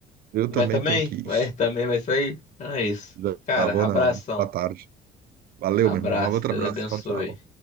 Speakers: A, on the right (about 60°); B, on the left (about 45°).
A: Eu
B: Vai
A: também
B: também?
A: tenho que ir.
B: Vai também, vai sair? Então é isso.
A: Já
B: Cara,
A: já vou
B: abração.
A: na hora. Tá tarde. Valeu,
B: Abraço.
A: meu irmão. Um outro
B: Deus
A: abraço.
B: abençoe.
A: Tchau, tchau.